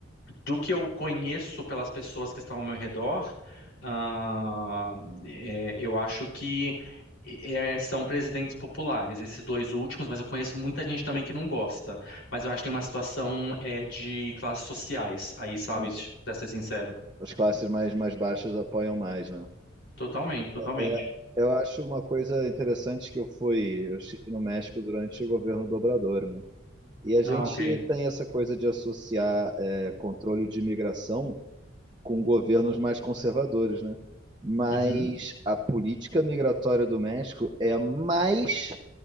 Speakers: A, on the left (about 70°); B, on the right (about 20°).
A: do que eu conheço pelas pessoas que estão ao meu redor, ah, é, eu acho que é, são presidentes populares, esses dois últimos, mas eu conheço muita gente também que não gosta. Mas eu acho que tem uma situação é, de classes sociais aí, sabe?
B: Entendi.
A: Tipo, Pra ser sincero.
B: As classes mais, mais baixas apoiam mais, né?
A: Totalmente, totalmente.
B: É, Eu acho uma coisa interessante que eu fui, eu estive no México durante o governo do Obrador, né? E a gente
A: Ah, ok.
B: tem essa coisa de associar é, controle de imigração com governos mais conservadores, né? Mas
A: Uhum,
B: a política migratória do México é a mais